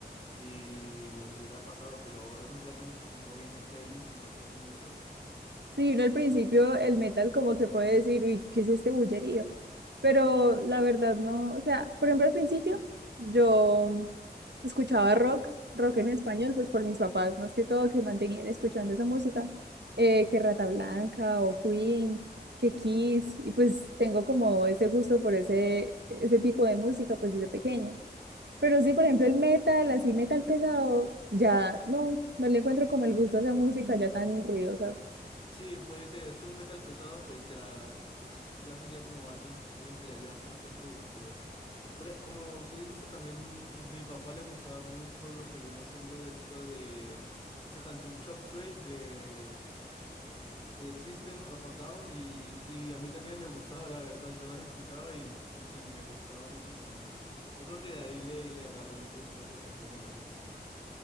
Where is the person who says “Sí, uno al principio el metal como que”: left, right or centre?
Right